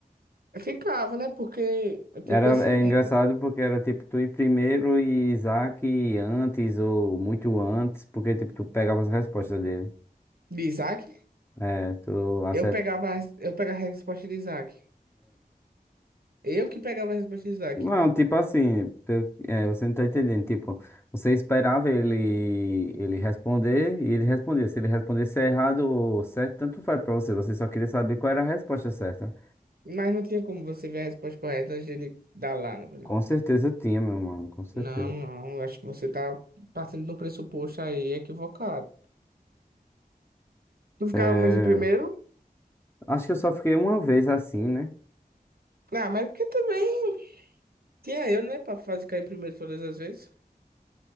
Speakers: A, on the right; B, on the left.
A: Eu ficava, né? Porque eu tinha
B: Era,
A: conhecimento,
B: é engraçado
A: né?
B: porque era tipo tu em primeiro e Isaac antes ou muito antes, porque tipo tu pegava as respostas dele.
A: De Isaac.
B: É, tu acertava.
A: Eu pegava, as- eu pegava a resposta de Isaac. Eu que pegava a resposta de Isaac.
B: Não, tipo assim, pe- é, você não tá entendendo. Tipo, você esperava ele, ele responder e ele respondia. Se ele respondesse errado ou certo, tanto faz pra você. Você só queria saber qual era a resposta certa.
A: Mas não tinha como você ver a resposta correta antes dele dar lá, né? por exemplo.
B: Com certeza tinha, meu mano, com certeza.
A: Não, não. eu Acho que você tá partindo de um pressuposto aí equivocado. Tu ficava
B: É,
A: muito em primeiro?
B: acho que eu só fiquei uma vez assim, né?
A: Ah, mas é porque também tinha eu, né? Pra fazer cair em primeiro todas as vezes.